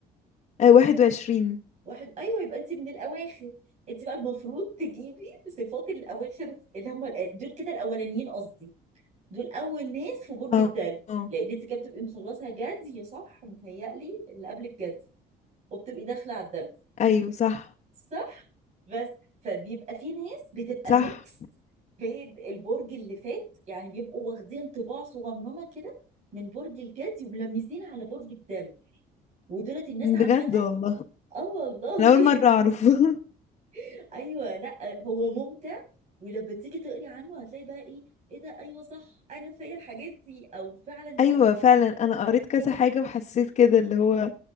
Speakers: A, on the left (about 45°); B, on the right (about 45°).
A: آه، واحد وعشرين
B: واحد ايوه يبقى انت من الاواخر انت بقى المفروض تجيبي صفات الاواخر اللي هم دول كده الاولانيين قصدي دول اول ناس في برج
A: اه
B: الدلي
A: آه،
B: لان انت كده بتبقي مخلصه جدي صح متهيألي اللي قبل الجدي وبتبقي داخله على الدلي
A: ايوه صح
B: صح بس فبيبقى في ناس بتبقى
A: صح
B: ميكس بين البرج اللي فات يعني بيبقوا واخدين طباع صغننه كده من برج الجدي وملمسين على برج الدلي ودولت الناس
A: بجد
B: عامه
A: والله
B: اه والله
A: انا اول مرة اعرف <laughs>
B: <laughs> ايوه لا هو ممتع ولما تيجي تقري عنه هتلاقي بقى ايه ايه ده ايوه صح انا فيا الحاجات دي او فعلا
A: ايوه
B: لما تيجي
A: فعلا انا قريت كذا حاجة وحسيت كده اللي هو